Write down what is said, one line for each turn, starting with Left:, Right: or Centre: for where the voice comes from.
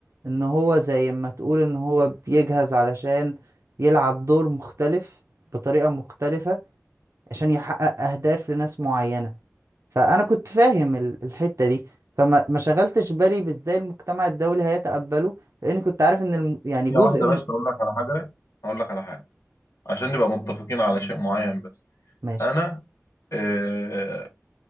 Right: ان هو زي ما تقول ان هو بيجهز علشان يلعب دور مختلف بطريقة مختلفة عشان يحقق اهداف لناس معينة فانا كنت فاهم ال- الحتة دي فما ما شغلتش بالي بازاي المجتمع الدولي هيتقبله لاني كنت عارف ان الم... يعني جزء
Left: هي واحده
Right: من
Left: بس اقول لك على حاجه اقول لك على حاجه عشان نبقى متفقين على شيء معين بس
Right: ماشي
Left: انا آه،